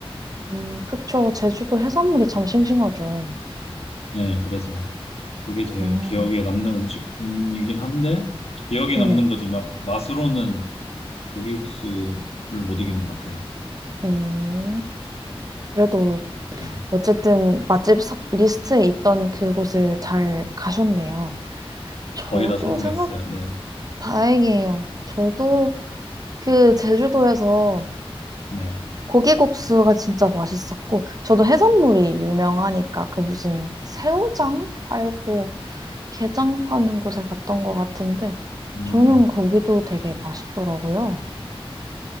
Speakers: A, on the right; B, on the left.
A: 음, 그쵸. 제주도 해산물이 참 싱싱하죠.
B: 예 그래서 그게 제일
A: 음,
B: 기억에 남는 음식 중이긴 한데, 기억에
A: 네.
B: 남는 거지 막 맛으로는 고기국수를 못 이기는 것 같아요.
A: 음, 그래도
B: 음,
A: 어쨌든 맛집 서- 리스트에 있던 그곳을 잘 가셨네요. 저도
B: 거의 다 성공했어요.
A: 생각
B: 네,
A: 다행이에요. 저도 그 제주도에서
B: 네.
A: 고기국수가 진짜 맛있었고, 저도 해산물이 유명하니까 그 무슨 새우장 팔고 게장 파는 곳에 갔던 것 같은데,
B: 음,
A: 저는 거기도 되게 맛있더라고요.